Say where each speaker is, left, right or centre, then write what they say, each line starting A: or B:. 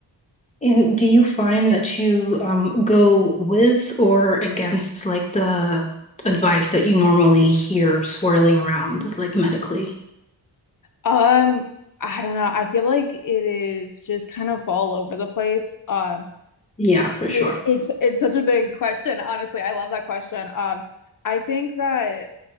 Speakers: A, on the left (about 15°); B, on the left (about 45°).
A: And do you find that you um, go with or against like the advice that you normally hear swirling around, like medically?
B: Um, I don't know. I feel like it is just kind of all over the place. Um,
A: Yeah, for sure.
B: it, it's it's such a big question, honestly. I love that question. Um, I think that